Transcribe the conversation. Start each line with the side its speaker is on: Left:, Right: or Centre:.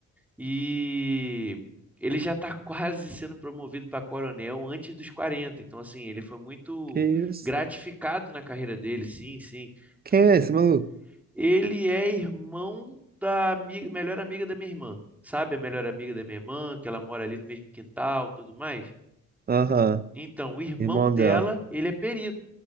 Centre: e ele já tá quase sendo promovido para coronel antes dos quarenta Então assim, ele foi muito
Right: que isso?
Centre: gratificado na carreira dele, sim, sim.
Right: Quem
Centre: Foi muito...
Right: é esse maluco?
Centre: Ele é irmão da ami- melhor amiga da minha irmã. Sabe a melhor amiga da minha irmã, que ela mora ali no mesmo quintal, tudo mais?
Right: Aham,
Centre: Então, o irmão
Right: irmão
Centre: dela,
Right: dela.
Centre: ele é perito.